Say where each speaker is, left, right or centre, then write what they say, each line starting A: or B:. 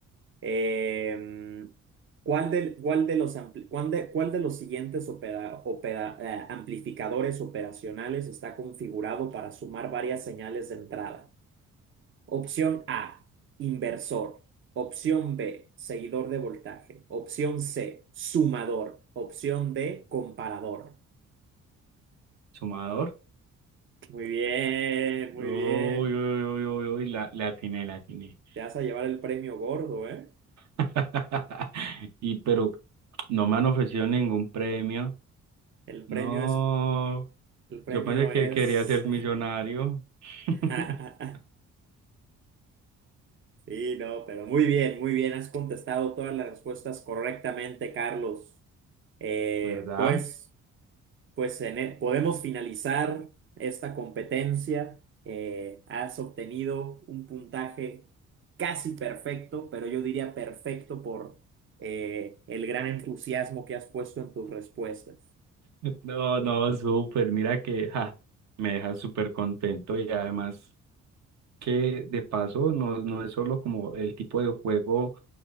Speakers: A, on the right; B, on the right.
A: Em, ¿cuál de, cuál de los, ampli- cuál de, cuál de los siguientes opera- opera- eh, amplificadores operacionales está configurado para sumar varias señales de entrada? Opción A, inversor. Opción B, seguidor de voltaje. Opción C, sumador. Opción D, comparador.
B: Sumador.
A: Muy bien, muy
B: Uy,
A: bien.
B: uy, uy, uy, uy, la, la atiné, la atiné.
A: Te vas a llevar el premio gordo, ¿eh?
B: <laughs> Y pero no me han ofrecido ningún premio.
A: El
B: No,
A: premio es, el premio
B: yo pensé que
A: es.
B: quería ser millonario, <laughs>
A: <laughs> Sí, no, pero muy bien, muy bien. Has contestado todas las respuestas correctamente, Carlos. Eh,
B: ¿verdad?
A: pues, pues en e- podemos finalizar esta competencia. Eh, has obtenido un puntaje casi perfecto, pero yo diría perfecto por eh, el gran entusiasmo que has puesto en tus respuestas.
B: No, no, súper, mira que ja, me deja súper contento y además que de paso no, no es solo como el tipo de juego.